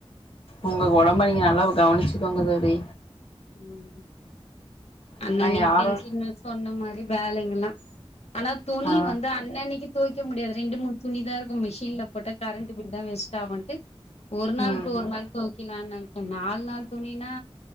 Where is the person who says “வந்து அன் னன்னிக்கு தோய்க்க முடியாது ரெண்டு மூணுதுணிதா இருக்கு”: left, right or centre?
Left